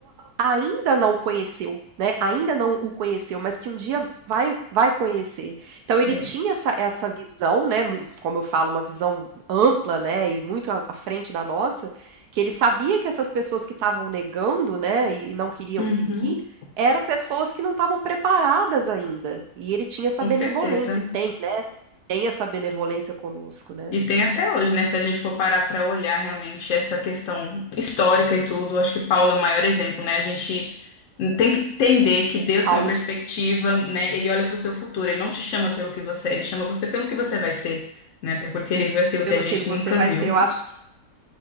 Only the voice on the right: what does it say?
ainda não conheceu, né? Ainda não o conheceu, mas que um dia vai vai conhecer. Então ele
tinha essa, essa visão, né? mu- Como eu falo, uma visão ampla, né? E muito à à frente da nossa, que ele sabia que essas pessoas que estavam negando, né? E não queriam
seguir eram pessoas que não estavam preparadas ainda, e ele tinha essa
benevolência,
e tem, né, tem essa benevolência conosco, né.
Paulo
de
pelo
que você
vai
ser, eu acho que